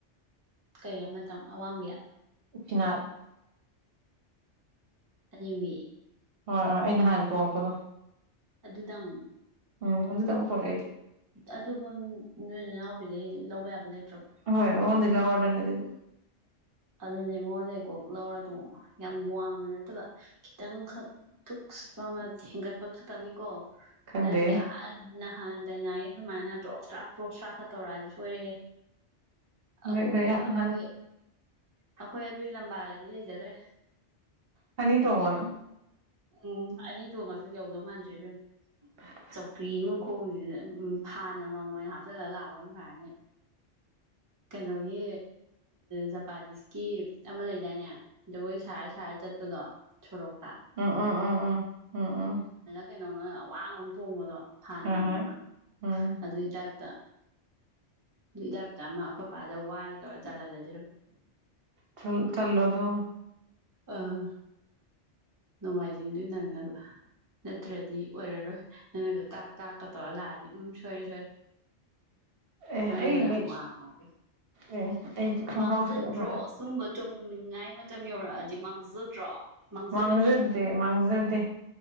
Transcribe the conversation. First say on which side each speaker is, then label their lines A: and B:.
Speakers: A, on the right; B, on the right.
A: ꯀꯩ ꯑꯃꯇꯪ ꯑꯋꯥꯡꯕ ꯌꯥꯏ
B: ꯐꯅ
A: ꯑꯅꯤꯃꯤ
B: ꯍꯣꯏ ꯍꯣꯏ ꯑꯩ ꯅꯍꯥꯟ ꯇꯣꯡꯝꯕꯗꯣ
A: ꯑꯗꯨꯗꯥꯥꯡ
B: ꯎꯝ ꯑꯗꯨꯗ ꯇꯉ ꯄꯨꯔꯗꯤ
A: ꯑꯗꯨ ꯅꯣꯏ ꯏꯅꯥꯎꯄꯤꯗꯩ ꯂꯧꯕ ꯌꯥꯕ ꯂꯩ
B: ꯍꯣꯏ ꯑꯣꯟꯂ ꯑꯣꯔꯗꯔꯅ ꯑꯗꯨꯗꯤ
A: ꯑꯗꯨꯅꯦ ꯃꯉꯣꯟꯗꯩ ꯀꯣꯛ ꯂꯧꯔ ꯇꯣꯡ ꯌꯥꯝ ꯋꯥꯡꯕ ꯅꯠꯇꯕ ꯈꯤꯇꯪꯈꯛ ꯊꯨꯛ ꯁ ꯆꯥꯎꯅ ꯍꯦꯟꯒꯠꯄ ꯈꯛꯇꯅꯤꯀꯣ
B: ꯈꯪꯗꯦ
A: ꯅꯪ ꯌꯥ ꯅꯍꯥꯟ ꯗꯥꯅꯥꯒꯤ ꯑꯗꯨꯃꯥꯏꯅ ꯇ꯭ꯔꯣꯛ ꯁ꯭ꯔꯥꯛ ꯐ꯭ꯔꯣꯛ ꯁ꯭ꯔꯥꯛꯀ ꯇꯧꯔꯛꯑꯗꯤ ꯁꯣꯏꯔꯦꯍꯦ
B: ꯅꯣꯏ
A: ꯑꯩꯈꯣꯏ
B: ꯅꯣꯏ ꯅꯪ
A: ꯑꯩꯈꯣꯏ ꯑꯩꯈꯣꯏ ꯑꯗꯨꯒꯤ ꯂꯝꯕꯥꯒꯗꯤ ꯂꯩꯖꯗ꯭ꯔꯦ
B: ꯍꯥꯏꯅꯤ ꯇꯣꯡꯉꯅ
A: ꯎꯝ ꯑꯅꯤ ꯊꯣꯡꯉꯁꯨ ꯌꯧꯗꯧ ꯃꯥꯟꯗꯦ ꯏꯕꯦꯝ
B: ꯎ
A: ꯆꯧꯀ꯭ꯔꯤ ꯃꯈꯣꯡꯁꯤꯗ ꯎ ꯐꯥꯟ ꯑꯃ ꯃꯣꯏꯅ ꯍꯥꯞꯆꯜꯂꯒ ꯂꯥꯛꯄꯅ ꯐꯔꯅꯤ ꯀꯩꯅꯣꯒꯤ ꯖꯄꯥꯅꯤꯁꯀꯤ ꯑꯃ ꯂꯩꯗꯥꯏꯅꯦ ꯖꯒꯣꯏ ꯁꯥꯔ ꯁꯥꯔ ꯆꯠꯄꯗꯣ ꯁꯣꯔꯣꯛꯄ
B: ꯎꯝ ꯎꯝ ꯎꯝ ꯎꯝ ꯎꯝ ꯎꯝ
A: ꯀꯩꯅꯣꯝ ꯑꯋꯥꯡꯕ ꯑꯃ ꯇꯣꯡꯕꯗꯣ ꯐꯥꯟ
B: ꯍꯣꯏ
A: ꯃꯥꯟꯕ
B: ꯍꯣꯏ
A: ꯑꯃ
B: ꯎꯝ
A: ꯑꯗꯨꯒꯤ ꯇꯥꯏꯞ ꯑꯗꯨ ꯇꯔꯇ ꯑꯃ ꯑꯩꯈꯣꯏꯄꯥꯗ ꯋꯥꯔ ꯇꯧꯔ ꯆꯜꯍꯜꯂꯁꯤ
B: ꯆ ꯆꯜꯂꯣꯗꯣ
A: ꯑꯥ ꯅꯣꯡꯃꯥꯏꯖꯤꯡꯗꯨ ꯅꯪꯅꯕ ꯅꯠꯇ꯭ꯔꯗꯤ ꯑꯣꯏꯔꯔꯣꯏ ꯅꯪꯅꯒ ꯀꯥ ꯇ ꯀꯇ ꯂꯑꯗꯤ ꯎꯝ ꯁꯣꯔꯤ ꯁꯣꯔꯤ
B: ꯑꯦ
A: ꯇ ꯃꯅ
B: ꯑꯩꯗꯤ
A: ꯀꯗꯥ ꯎꯉꯒꯦ
B: ꯑꯦ ꯑꯩꯗꯤ ꯈꯣꯡꯒ꯭ꯔꯥꯎ
A: ꯃꯥꯡꯖꯗ꯭ꯔꯣ
B: ꯁꯦꯠꯂꯛꯀꯗ꯭ꯔꯥ
A: ꯁꯨꯝꯕ ꯇꯣꯡꯅꯤꯡꯉꯥꯏ ꯃꯇꯝ ꯌꯧꯔꯛꯑꯗꯤ ꯃꯥꯡꯖꯗ꯭ꯔꯣ ꯃꯥꯡꯖꯕꯅꯤ
B: ꯃꯥꯡꯖꯗꯦ ꯃꯥꯡꯖꯗꯦ